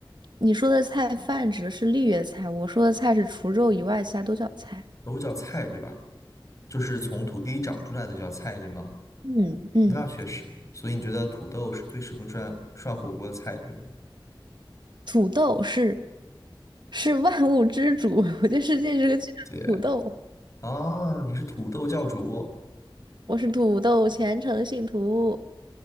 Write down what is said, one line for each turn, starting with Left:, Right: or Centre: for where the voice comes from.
Right: 你说的菜泛指的是绿叶菜，我说的菜是除肉以外其他都叫菜。
Left: 都叫菜，对吧？就是从土地里长出来的就叫菜，对吗？
Right: 嗯嗯，
Left: 那确实，所以你觉得土豆是最适合涮涮火锅的菜，对吗？
Right: 土豆是是万物之主，<laughs> 我觉得世界是个巨大的土豆。
Left: 解解啊，你是土豆教主，
Right: 我是土豆虔诚信徒，